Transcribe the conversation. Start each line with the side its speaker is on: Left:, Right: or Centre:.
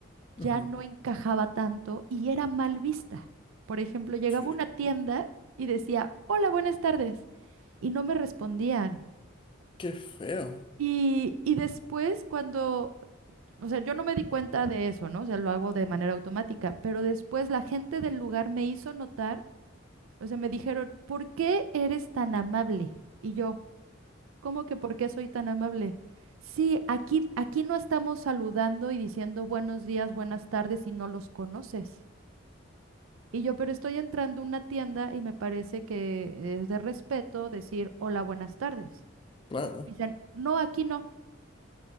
Left: ujú.
Right: ya no encajaba tanto y era mal vista. Por ejemplo, llegaba
Left: Sí.
Right: a una tienda y decía, hola, buenas tardes, y no me respondían.
Left: Qué feo,
Right: Y, y después, cuando O sea, yo no me di cuenta de eso, ¿no? O sea, lo hago de manera automática, pero después la gente del lugar me hizo notar, o sea, me dijeron, ¿por qué eres tan amable? Y yo, ¿cómo que por qué soy tan amable? Sí, aquí, aquí no estamos saludando y diciendo buenos días, buenas tardes si no los conoces. Y yo, pero estoy entrando a una tienda y me parece que es de respeto decir hola, buenas tardes.
Left: claro.
Right: Dicen, no, aquí no.